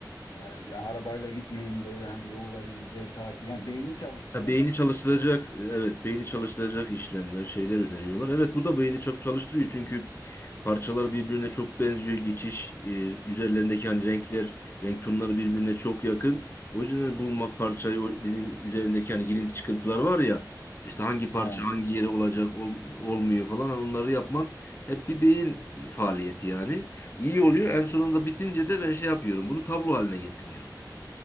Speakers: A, on the left; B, on the left.
A: e, ya arabayla gitmeyin böyle yani yolları izleri takip yani beyni çalıştırın.
B: Ha, beyni çalıştıracak, evet beyni çalıştıracak işlemler, şeyler öneriyorlar. Evet bu da beyni çok çalıştırıyor çünkü parçalar birbirine çok benziyor. Geçiş, e, üzerlerindeki hani renkler, renk tonları birbirine çok yakın. O yüzden hani bulmak parçayı, o dediğin üzerindeki hani girinti çıkıntılar var ya, işte hangi parça
A: He.
B: hangi yere olacak, ol- olmuyor falan hani onları yapman hep bir beyin faaliyeti yani. İyi oluyor. En sonunda bitince de ben şey yapıyorum, bunu tablo haline getiriyorum.